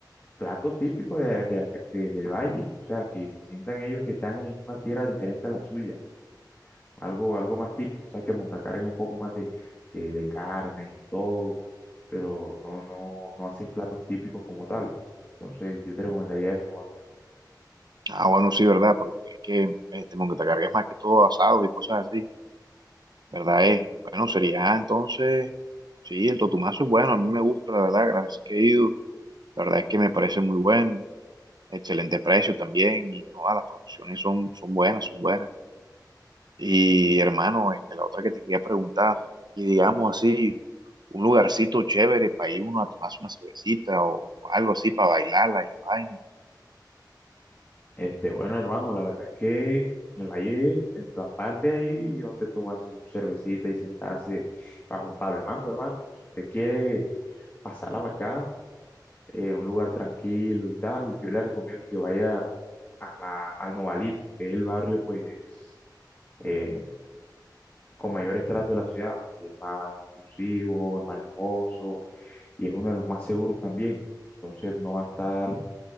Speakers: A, on the left; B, on the right.
A: plato típico de, de acá- de- del valle, o sea, que se sientan ellos que están en una tierra diferente a la suya, algo, algo más típico, o sea, que Montacar es un poco más de, de, de carnes y todo, pero no, no, no hacen platos típicos como tal. Entonces, yo te recomendaría eso, hermano.
B: Ah, bueno, sí, verdad, porque es que este, montacarga es más que todo asado y cosas así. ¿Verdad es? Bueno, sería entonces, sí, el totumazo es bueno, a mí me gusta, la verdad, las veces que he ido, la verdad es que me parece muy bueno, excelente precio también, y todas las proporciones son, son buenas, son buenas. Y hermano, este, la otra que te quería preguntar, y digamos así, un lugarcito chévere para ir uno a tomarse una cervecita o algo así para bailarla y la vaina.
A: Este, bueno, hermano, la verdad es que en el valle, en todas partes ahí donde tomarse su cervecita y sentarse bajo un palo de mango, hermano. Si usted quiere pasarla bacán, eh, un lugar tranquilo y tal, yo le recomiendo que vaya a la, al Novalito, que es el barrio pues eh, con mayor estrato de la ciudad, el más exclusivo, el más lujoso y es uno de los más seguros también. Entonces no va a estar,